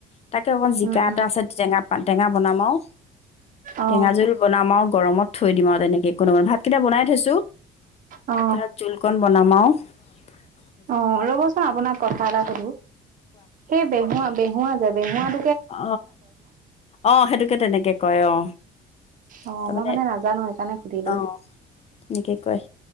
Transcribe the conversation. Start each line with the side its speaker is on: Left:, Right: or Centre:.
Left: তাকে অকণ জিকা
Right: উম
Left: এটা
Right: উম
Left: আছে টেঙা টেঙা বনাম আওঁ।
Right: অ
Left: টেঙা জোল বনামা আৰু গৰমত থৈ দিম আৰু তেনেকৈ কোনোবা ভাত কেইটা বনাই থৈছো
Right: অ
Left: তাহত জোল কন বনামাও অ
Right: অ ৰ'বচোন আপোনাক কথা এটা সুধো সেই বেহুৱা বেহুৱা জেগা হ
Left: অ অ সেইটোকে তেনেকে কয় অ
Right: অ
Left: তাৰমানে
Right: মই মানে নাজানো সেইকাৰণে সুধিলো
Left: অ তেনেকে কয়